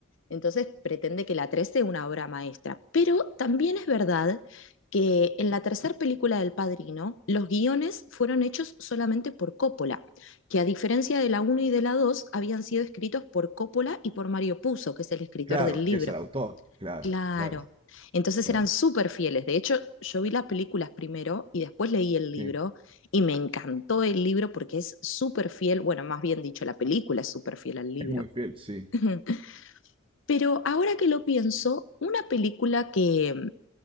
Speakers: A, on the left; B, on the right.
A: Entonces pretende que la 3 sea una obra maestra. Pero también es verdad que en la tercera película del Padrino, los guiones fueron hechos solamente por Coppola, que a diferencia de la uno y de la 2 habían sido escritos por Coppola y por Mario Puzo, que es el escritor
B: Claro,
A: del libro.
B: que es el autor. Claro,
A: Claro.
B: claro,
A: Entonces
B: claro.
A: eran súper fieles. De hecho, yo vi las películas primero y después leí el libro
B: Sí,
A: y me encantó el libro porque es súper fiel, bueno, más bien dicho, la película es súper fiel al libro.
B: es muy fiel, sí.
A: <laughs> Pero ahora que lo pienso, una película que,